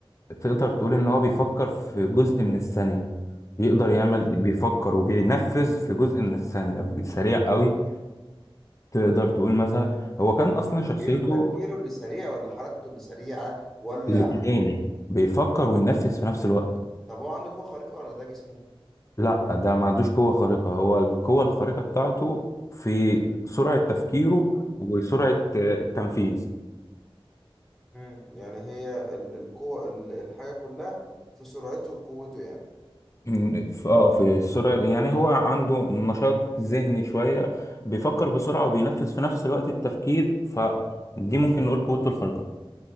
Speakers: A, on the left (about 30°); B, in the centre.
A: تقدر تقول ان هو بيفكر في جزء من الثانية يقدر يعمل بيفكر وبينفذ في جزء من الثانية سريع قوي تقدر تقول مثلا هو كان اصلا
B: تفكيره
A: شخصيته
B: تفكيره اللي سريع ولا حركته اللي سريعة ولا
A: الاتنين بيفكر وينفذ في نفس الوقت
B: طب هو عنده قوة خارقة ولا ده جسمه؟
A: لا ده ما عندوش قوة خارقة هو القوة الخارقة بتاعته في سرعة تفكيره وسرعة آه، التنفيذ
B: مم. يعني هي ال- القوة ال- الحاجة كلها في سرعته وقوته يعني
A: م، في- اه في السرعة يعني هو عنده نشاط ذهني شوية بيفكر بسرعة وبينفذ في نفس الوقت التفكير فدي ممكن نقول قوته الخارقة